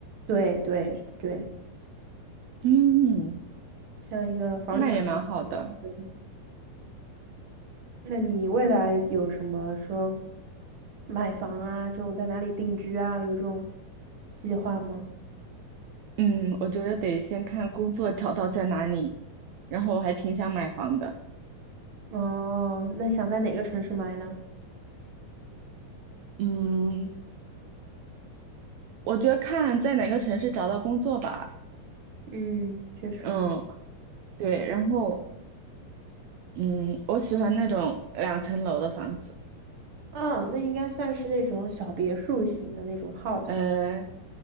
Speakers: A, on the right; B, on the right.
A: 对对对，
B: 嗯，
A: 像一个房产投资
B: 那也蛮好的。
A: 对，那你未来有什么说买房啊，这种在哪里定居啊，有这种计划吗？
B: 嗯，我觉得得先看工作找到在哪里，然后我还挺想买房的。
A: 哦，那想在哪个城市买呢？
B: 嗯，我觉得看在哪个城市找到工作吧。
A: 嗯，确实。
B: 嗯，对，然后嗯，我喜欢那种两层楼的房子，
A: 啊，那应该算是那种小别墅型的那种 house，
B: 呃，